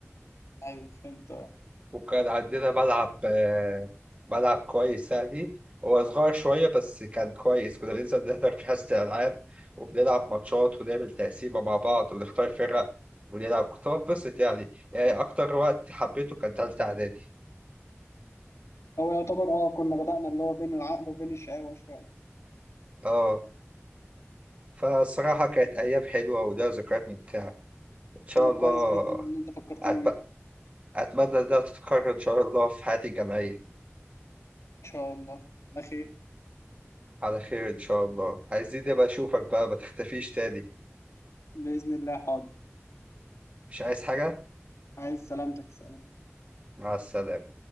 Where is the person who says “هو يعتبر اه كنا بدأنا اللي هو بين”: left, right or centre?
Left